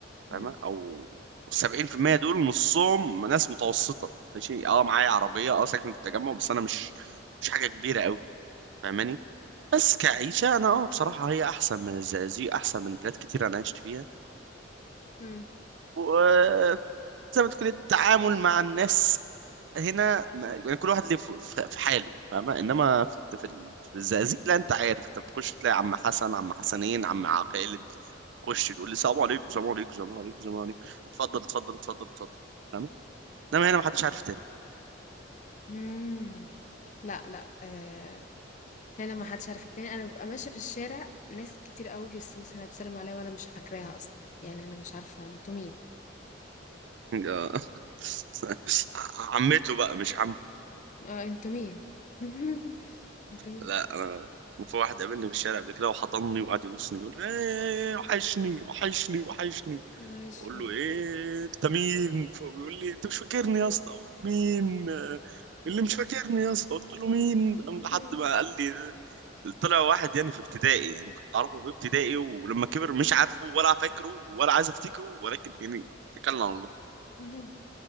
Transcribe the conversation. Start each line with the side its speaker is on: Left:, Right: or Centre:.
Left: امم
Right: فاهمه او 70% دول نصهم ناس متوسطه ماشي اه معايا عربيه اه ساكن في التجمع بس انا مش مش حاجه كبيره قوي فاهماني بس كعيشه انا اه بصراحه هي احسن من الزقازيق احسن من بلاد كتير انا عشت فيها
Left: امم
Right: فاهماني زي ما تكون التعامل مع الناس هنا ما يعني كل واحد ليه ف- ف- في حاله فاهمة انما في في ال- في الزقازيق لا انت عارف انت بتخش تلاقي عم حسن عم حسنين عم عقيل تخش تقول لي السلام عليكم السلام عليكم السلام عليكم السلام عليكم اتفضل اتفضل اتفضل اتفضل فاهمة انما هنا ما حدش عارف تاني
Left: امم لا لا آه، لا لا ما حدش عارف التاني انا ببقى ماشيه في الشارع ناس كتير قوي في السويس انا بسلم عليها وانا مش فاكراها اصلا يعني انا مش عارفه انتوا مين
Right: آه. <laughs> عمته بقى مش عمه
Left: اه انتوا مين <laughs> انتوا مين
Right: لا انا في واحد قابلني في الشارع قبل كده وحضني وقعد يبوسني يقول لي، ايه إيه، إيه، وحشني وحشني وحشني
Left: عايش
Right: بقول
Left: ليه
Right: له ايه انت مين فهو بيقول لي انت مش فاكرني يا اسطى اقول له مين آه، اللي مش فاكرني يا اسطى قلت له مين قام لحد
Left: مم.
Right: ما قال لي طلع واحد يعني في ابتدائي يعني كنت اعرفه في ابتدائي ولما كبر مش عارفه ولا فاكره ولا عايز افتكره ولكن يعني اتكلنا على الله
Left: مم.